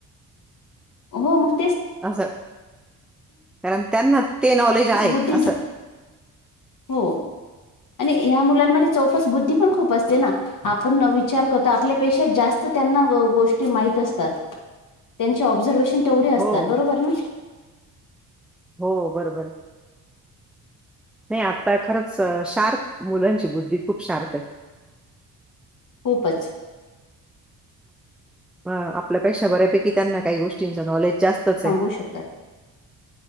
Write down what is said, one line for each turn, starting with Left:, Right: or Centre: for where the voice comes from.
Left: हो, मग तेच
Centre: असं. कारण त्यांना ते नॉलेज आहे,
Left: बुद्धी
Centre: असं.
Left: हो, आणि या मुलांमध्ये चौकस बुद्धी पण खूप असते ना आपण नवी चार करतो आपल्या पेक्षा जास्त त्यांना गोष्टी माहित असतात. त्यांची ऑब्सर्वेशन तेवढे असतात,
Centre: हो,
Left: बरोबर ना?
Centre: हो, बरोबरं. नाही आता खरंच शार्प, मुलांची बुद्धी खूप शार्प आहे.
Left: खूपचं.
Centre: आपल्यापेक्षा बऱ्यापैकी त्यांना काही गोष्टींचं नॉलेज जास्तचं आहे.
Left: असु शकतात.